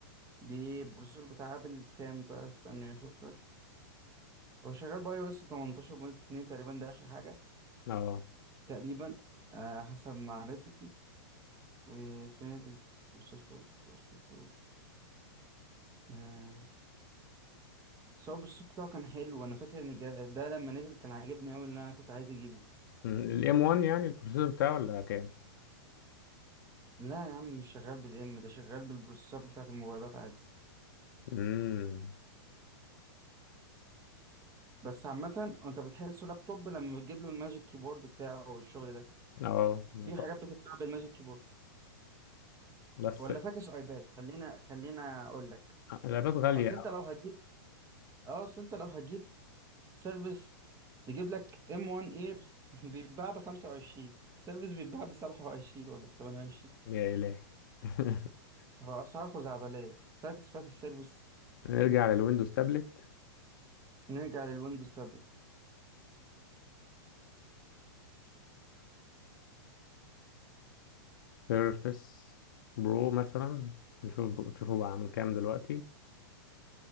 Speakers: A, on the right (about 25°); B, on the left (about 60°).
A: ببروسيسور بتاع ابل كام بقى استنى اشوف لك هو شغال باي او اس 18.2 تقريبا ده اخر حاجه
B: اه
A: تقريبا آه حسب معرفتي وفين البروسيسور بروسيسور آه بس هو البروسيسور بتاعه كان حلو انا فاكر ان جا- ده لما نزل كان عاجبني قوي اللي انا كنت عايز اجيبه
B: الام 1 يعني البروسيسور بتاعه ولا كام
A: لا يا عم مش شغال بالام ده شغال بالبروسيسور بتاعه الموبايلات عادي
B: امم
A: بس عامه انت بتحسه لابتوب لما بتجيب له الماجيك كيبورد بتاعه والشغل ده
B: اه
A: في
B: طب
A: حاجات بتتباع بالماجيك كيبورد
B: بس
A: ولا فاكس ايباد خلينا خلينا اقول لك
B: الايباد غالية
A: اصل انت لو هتجيب اه اصل انت لو هتجيب سيرفيس تجيب لك ام 1 اير <laughs> بيتباع ب 25 سيرفيس بيتباع ب 27 ولا ب 28
B: يا الهي <laughs>
A: هو اسعار خزعبليه فاكس فاكس سيرفيس
B: نرجع للويندوز تابلت
A: نرجع للويندوز تابلت
B: سيرفس برو مثلا نشوف نشوفه بقى عامل كام دلوقتي